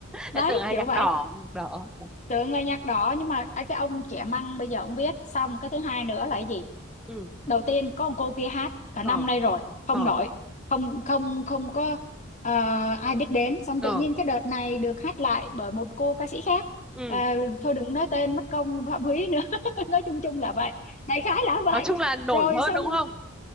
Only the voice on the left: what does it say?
Đấy,
kiểu
vậy.
Tưởng là nhạc đỏ nhưng mà ấy, cái ông trẻ măng bây giờ ông viết. Xong cái thứ hai nữa là cái gì?
đầu tiên có một cô kia hát cả
năm nay rồi không
nổi không không không có ờ, ai biết đến xong
tự nhiên cái đợt này được hát lại bởi một cô ca sĩ khác
Ờ, thôi đừng nói tên mất công phạm húy nữa <laughs> nói chung chung là vậy đại khái là vậy
rồi
xong